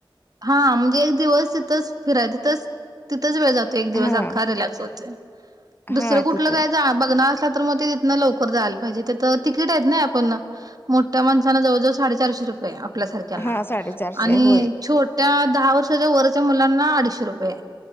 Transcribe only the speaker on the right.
हा म्हणजे एक दिवस तिथंच फिराय, तिथंच, तिथंच वेळ जातो एक दिवस
अख्खा रिलॅक्स होत. दुसरं
कुठल
काय जा बघणार असला तर मग ते न लवकर जायला पाहीजे. तीथ तिकिट आहेत ना पण, मोठ्या माणसाना जवळजवळ साडेचारशे रुपये रुपये आपल्यासारख्यांना
आणि
छोट्या दहा वर्षाच्या वरच्या मुलांना अडीचशे रुपये.